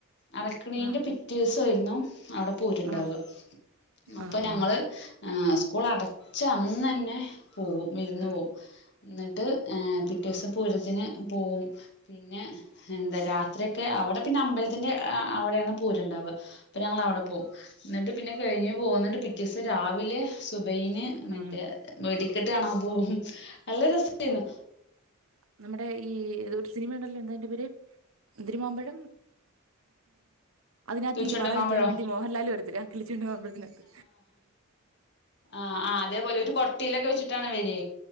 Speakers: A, on the left; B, on the right.
A: അടക്ണെന്റെ
B: ആ
A: പിറ്റേസായിരുന്നു അവിടെ പോയിട്ട്ണ്ടാവ
B: ആ
A: അപ്പൊ
B: ആ
A: ഞങ്ങള്
B: ആ
A: ആഹ് സ്കൂളടച്ച അന്നന്നെ പോവും വിര്ന്ന്
B: ആ
A: പോവും ന്നിട്ട് ഏഹ് പിറ്റേസം പൂരത്തിന് പോവും പിന്നെ എന്ത രാത്രിയൊക്കെ അവിടെ പിന്നെ അമ്പൽത്തിന്റെ അവിടെണ് പൂരണ്ടാവ അപ്പൊ ഞങ്ങളവ്ടെ പോഉം ന്നിട്ട് പിന്നെ കഴിഞ്ഞ് പോന്നിട്ട് പിറ്റേസം രാവിലെ സുബൈന് മറ്റേ
B: ആ
A: വെടിക്കെട്ട് കാണാൻ പോകും നല്ല രസേയിര്ന്നു
B: നമ്മ ഈ ഒരു സിനിമ ഉണ്ടല്ലോ എന്തയ്ന്റെ പേര് എന്തോര്മാമ്പഴം അതിനകത്ത്
A: തുളിച്ചുണ്ടമാമ്പഴോ
B: ഈ വള വിൽക്കാൻ വേണ്ടി മോഹൻലാല് വരത്തില്ല ആഹ് കിളിച്ചുണ്ടൻ മാമ്പഴതിനകത്തു
A: ആഹ് ആഹ് അതേപലെ ഒരു കൊട്ടയിലൊക്കെ വെച്ചിട്ടാണ് വരി